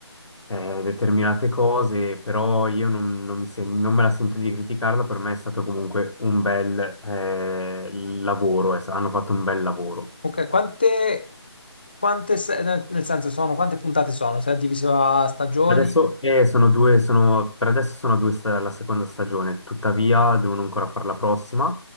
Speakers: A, on the left (about 85°); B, on the left (about 20°).
A: eh, determinate cose, però io non, non mi sen- non me la sento di criticarlo, per me è stato comunque un bel eh, lavoro, es- hanno fatto un bel lavoro.
B: Ok, quante, quante se- nel nel senso sono, quante puntate sono? Se è diviso a stagioni?
A: Adesso eh, sono due, sono, per adesso sono due sta- la seconda stagione, tuttavia devono ancora fare la prossima